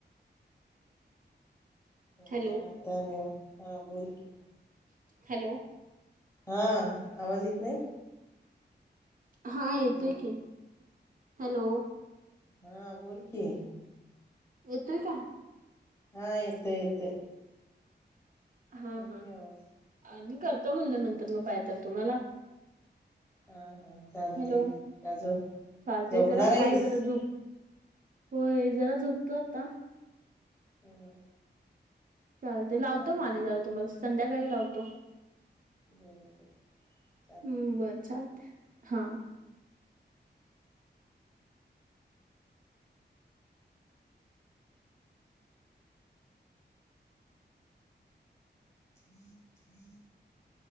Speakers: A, on the left; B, on the right.
A: हा
B: हॅलो
A: आता आणि हा बोलकी.
B: हॅलो.
A: हा आवाज येत नाही?
B: हा येतोय
A: हॅलो
B: की. हॅलो.
A: हा बोल की.
B: येतोय काय?
A: हा येतोय येतोय.
B: हा
A: येतोय
B: हा
A: आवाज
B: मी करतो म्हणलं. नंतर पाहिजे तर तुम्हाला.
A: हा हा. चालतय
B: हॅलो.
A: का झो
B: चालतय
A: झोपणार
B: जरा
A: आहेस
B: हाय. जरा झोप होय जरा झोपतो आता.
A: हम्म.
B: चालतय लावतो.
A: चालतय
B: मग आणि जरा तुम्हाला संध्याकाळी लावतो.
A: बर बर चालतय
B: हम्म बरं चालतय हा.
A: <unintelligible>